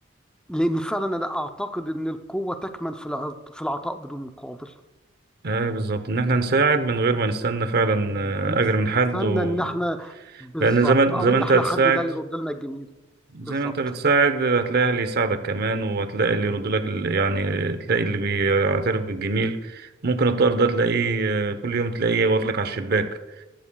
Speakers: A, in the centre; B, on the right.
A: لان فعلا انا اعتقد ان القوه تكمن في العط- في العطاء بدون مقابل
B: أيوه بالظبط إن إحنا نساعد من غير ما نستنى فعلا آه،
A: نستنى
B: أجر من حد و...
A: ان احنا بالظبط
B: لأن زمان
A: او
B: زمان
A: ان
B: أنت
A: احنا
B: هتساعد
A: حد ده يرد لنا الجميل بالظبط
B: زي ما انت بتساعد هتلاقي اللي يساعدك كمان وهتلاقي اللي يرد لك ال- يعني تلاقي اللي بيعترف بالجميل ممكن الطائر ده تلاقيه آه، كل يوم تلاقيه واقف لك على الشباك